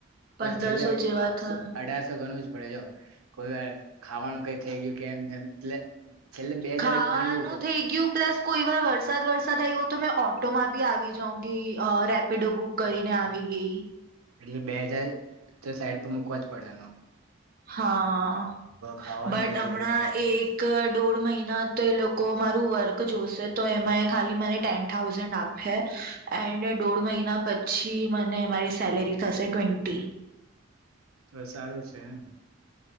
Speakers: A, on the right; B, on the right.
A: પ
B: પંદરસો
A: છેલ્લા
B: જેવા થયા
A: અઢારસો ગણું જ પડે જો, કોઈ વાર ખાવાનું કઈ થઈ ગયું કે એમ એટલે છેલ્લે બે હજાર
B: ખાવાનું
A: ગણવું પડે
B: થઇ ગયું પ્લસ કોઈ વાર વરસાદ વરસાદ આવ્યો તો મેં ઓટો માં બી આવી જાઉ રેપિડો બુક કરીને આવી ગઈ.
A: એટલે બે હજાર તો સાઈડ પર મુકવા જ પડે એનો.
B: હા.
A: ખાવાનું
B: બટ
A: કઈ
B: હમણાં
A: થઈ ગયું
B: એક દોઢ મહિના તો એ લોકો મારું વર્ક જોશે તો એમાં એ ખાલી મને ટેન થાઉઝન્ડ આપે, એન્ડ દોઢ મહિના પછી મને મારી સેલેરી થશે ટ્વેન્ટી.
A: તો સારું છે એમ.